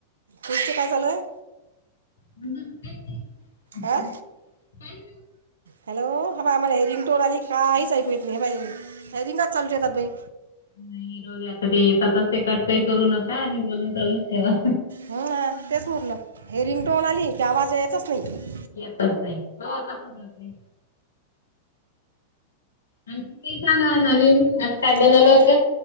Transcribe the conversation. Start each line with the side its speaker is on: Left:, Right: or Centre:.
Right: तुमचे काय चालू आहे
Left: म्ह काही नाही
Right: हां
Left: काही <inaudible>
Right: हॅलो हा बाळा म्हला हि रिंगटोर आली काहीच ऐकू ये नाही बाई हे रिंगाात चालत येतात बाई
Left: नाही हिरवले आता ते येतातच ते कट काही करू नका आणि बोलून चालून ठेव्हा
Right: ह ना तेच म्हरलं हे रिंगटोन आली की आवाज यायचाच नाही
Left: येतच नाही हो तसच होत नाही आणि तुम्ही काय नव्हिन आज काय
Right: हॅलो
Left: बनवलं होत